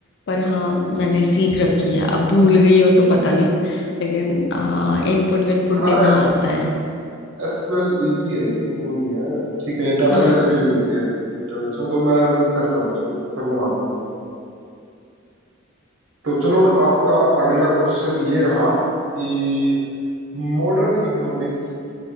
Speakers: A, on the left; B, on the right.
A: पर हाँ मैंने सीख रखी है अब भूल गई हूँ तो पता नहीं लेकिन आ, इनपुट विनपुट
B: हाँ
A: देना
B: SQ
A: आता है
B: एसक्यूएल easy है इतनी वो नहीं है ठीक है डाटाबेस
A: हाँ
B: में यूज होती है डेटाबेस में तो मैं अभी कर रहा हूँ उसको करूँ आगे तो चलो आपका अगला क्वेश्चन ये रहा कि मॉडर्न इकोनॉमिक्स